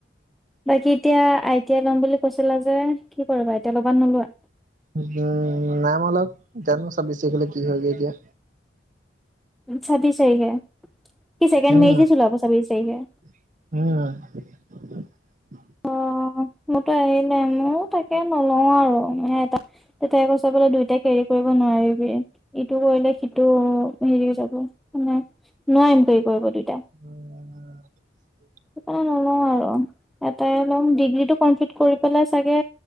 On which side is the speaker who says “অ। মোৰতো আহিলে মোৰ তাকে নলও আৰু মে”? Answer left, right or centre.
Centre